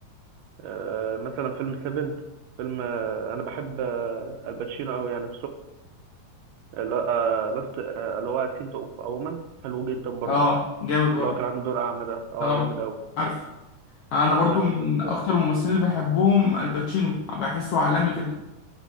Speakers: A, on the right; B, on the left.
A: آه، مثلا فيلم سيفن فيلم آه، أنا بحب آه، الباتشينو قوي يعني لا- آه، لاست آه، اللي هو سين تو اوف اومن حلو جدا برضه
B: اه جامد برضو
A: اللي هو كان عامل دور اعمى ده اه
B: اه
A: جامد قوي
B: عارف انا برضو
A: بس
B: من
A: ف
B: اكتر الممثلين اللي بحبهم الباتشينو بحسه عالمي كده